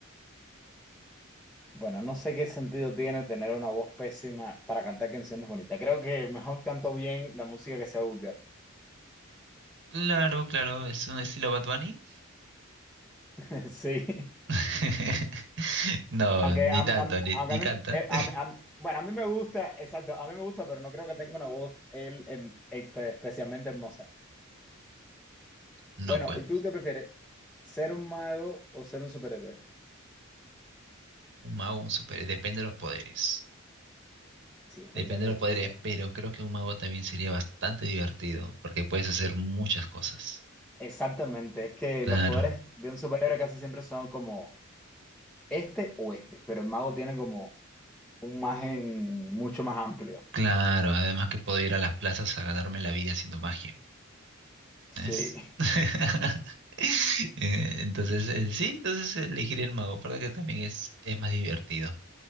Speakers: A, in the centre; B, on the right.
A: Bueno, no sé qué sentido tiene tener una voz pésima para cantar canciones bonitas. Creo que mejor canto bien la música que sea vulgar.
B: Claro, claro, es un estilo Bad Bunny.
A: <laughs> Sí.
B: <laughs> No,
A: Aunque
B: ni
A: a,
B: tanto,
A: mí- a mí-
B: ni,
A: aunque
B: ni
A: a mí,
B: canta.
A: eh,
B: <laughs>
A: a mí- a mí- bueno, a mí me gusta, exacto, a mí me gusta, pero no creo que tenga una voz él, em, espe- especialmente hermosa.
B: No,
A: Bueno,
B: pues.
A: ¿y tú qué prefieres? ¿Ser un mago o ser un superhéroe?
B: Un mago, un super. Depende de los poderes.
A: Sí, es
B: Depende
A: verdad que
B: de los poderes,
A: es-
B: pero creo que un mago también sería bastante divertido, porque puedes hacer muchas cosas.
A: exactamente, es que
B: Claro.
A: los poderes de un superhéroe casi siempre son como este o este, pero el mago tiene como un margen mucho más amplio.
B: Claro, además que puedo ir a las plazas a ganarme la vida haciendo magia,
A: Sí.
B: ¿ves? <laughs> Eh, Entonces, eh, sí, entonces elegir el mago, aparte que también es, es más divertido.